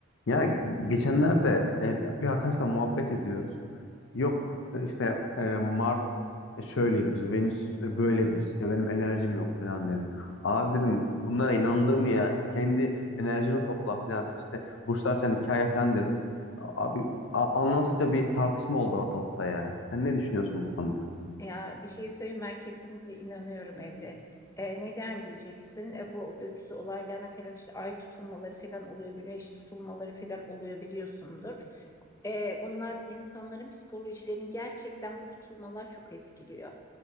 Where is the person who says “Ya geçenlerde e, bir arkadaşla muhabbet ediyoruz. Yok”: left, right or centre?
Left